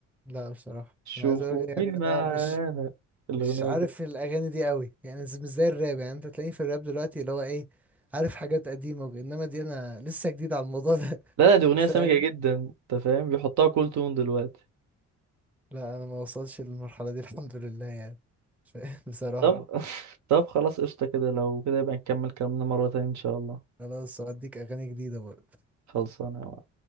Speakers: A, in the centre; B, on the right.
A: لا بصراحة
B: شوفوا
A: انا عايز اقول يعني
B: مين معانا
A: انا مش
B: الاغنيه
A: مش عارف
B: دي
A: الاغاني دي قوي يعني ز- مش زي الراب يعني انت تلاقيني في الراب دلوقتي اللي هو ايه عارف حاجات قديمة وج- انما دي انا لسه جديد على الموضوع ده
B: لا لا
A: <laughs>
B: دي اغنيه
A: فاهم
B: سميجة جدا انت فاهم بيحطها كل تون دلوقتي
A: لا انا ما وصلش للمرحلة دي الحمد لله يعني فاهم؟ بصراحة
B: طب <laughs> طب خلاص قشطه كده لو كده يبقى نكمل كلامنا مره تانية ان شاء الله
A: خلاص هديك اغاني جديدة برضه
B: خلصانه يا معلم.